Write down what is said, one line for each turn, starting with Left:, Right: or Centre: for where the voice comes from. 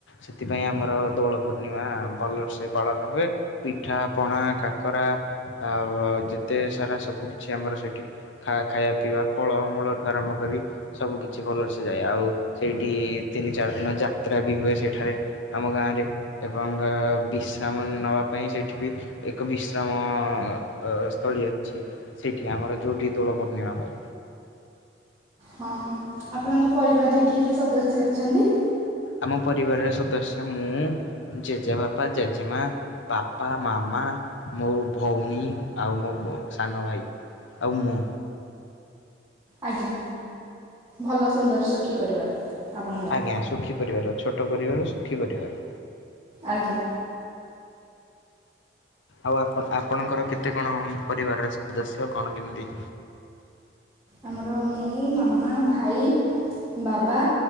Left: ସେଥିପାଇଁ ଆମର ଦୋଳ ପୂର୍ଣ୍ଣିମା ଭଲର୍ସେ ପାଳନ ହୁଏ। ପିଠା ପଣା କାକରା ଆୱ ଯେତେ ସାରା ସବୁକିଛି ଆମର ସେଠି ଖା ଖାଇଆ ପିଇବା ଫଳ ମୂଳଠୁ ଆରମ୍ଭ କରି ସବୁ କିିଛି ଭଲ ସେ ତୁ ଯାଏ। ଆଉ ସେଇଟି ତିନି ଚାର୍ ଦିନ ଯାତ୍ରା ବି ହୁଏ। ସେଠାରେ ଆମ ଗାଁରେ। ଏବଂ ଆ ବିଶ୍ରାମ ନବା ପାଇଁ ସେଠିକି ଏକ ବିଶ୍ରାମ ଅ ପୁଳି ଅଛି ସେଇଠି ଆମର ଯୋଉଠି ଦୋଳ ପୂର୍ଣିମା ହଏ।
Right: ହଁ ଆପଣଙ୍କ ପରିବାର୍ ରେ କିଏ କିଏ ସଦସ୍ୟ ଅଛନ୍ତି?
Left: ଆମ ପରିବାର୍ ରେ ସଦସ୍ୟ ମୁଁ ଜେଜେ ବାପା ଜେଜେ ମା। ବାପା, ମାମା, ମୋ ଭଉଣୀ ଆଉ ମୋ ବ ସାନ ଭାଇ। ଆଉ ମୁଁ।
Right: ଆଜ୍ଞା ଭଲ ସୁନ୍ଦର୍ ସୁଖୀ ପରିବାର। ଆପଣଙ୍କର
Left: ଆଜ୍ଞା ସୁଖୀ ପରିବାର। ଛୋଟ ପରିବାର ସୁଖୀ ପରିବାର।
Right: ଆଜ୍ଞା।
Left: ଆଉ ଆପନ୍ ଆପଣଙ୍କର କେତେ କଣ ଉମ୍ ପରିବାରରେ ସଦସ୍ୟ କଣ କେମ୍ତି?
Right: ଆମର ମୁଁ, ମାମା, ମା। ଭାଇ, ବାବା